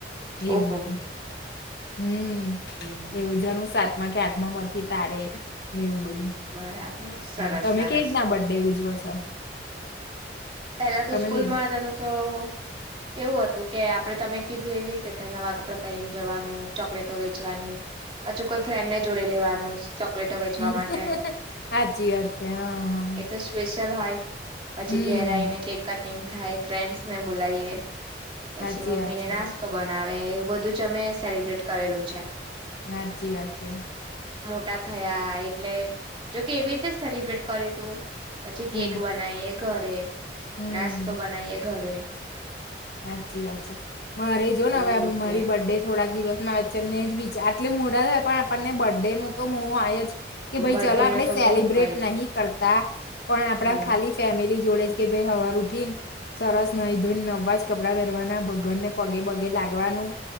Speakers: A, on the left (about 60°); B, on the right (about 30°).
A: એવું
B: ઓહો
A: બધું, હમ,
B: હમ
A: એવું જારું સાતમામાં કે આ માં તારે એવું બધું
B: બરાબર. સરસ
A: એમ તમે
B: સરસ
A: કે જ ના બર્ ડે ઉજવો છો.
B: પેલા તો
A: તમે
B: સ્કૂલ
A: ઉજ
B: માં હતા તો તો કેવું હતું કે આપડે તમે કીધું એવી રીતે નવા કપડાં પહેરીને જવાનું ચોકલેટો વેચવાની. પાછું કોઈ ફ્રેન્ડ ને જોડી લેવાનું. ચોકલેટો વેચવા
A: હ
B: માટે
A: સાચી વાત છે હા હા.
B: એ તો સ્પેશિયલ હોય પછી
A: હમ
B: ઘેરાયને કેક કટિંગ થાય ફ્રેન્ડસને બોલાવીએ. પછી
A: સાચી
B: મમ્મી
A: વાત
B: ને
A: છે
B: નાસ્તો બનાવે એવું બધું જ અમે સેલિબ્રેટ કરેલું છે.
A: હા સાચી વાત છે.
B: ટા થયા એટલે, જોકે એવી રીતે સેલિબ્રેટ કર્યું તું, પછી
A: હમ
B: કેક બનાય. ઘરે,
A: હમ
B: નાસ્તો બનાઈએ ઘરે.
A: સાચી વાત છે મારે જો ને
B: એવી
A: હવે
B: રીતે
A: મારી બર્ડે થોડાક દિવસ મા વચ્ચન ને જ વિચાર એટલે મૂડા પણ આપણને બર્થડે નું તો મો આય જ કે
B: હમ
A: ભાઈ
B: બર્થડે
A: ચલો આપણે
B: ન તો
A: સેલિબ્રેટ
B: બહુ હોય
A: નહી કરતા, પણ આપડા
B: હમ
A: ખાલી ફેમિલી જોડે જ કે ભાઈ હવાર ઉઠી ને, સરસ નહી ધોઈને નવાજ કપડાં પહેરવાના ભગન ને પગે બગે લાગવાનું.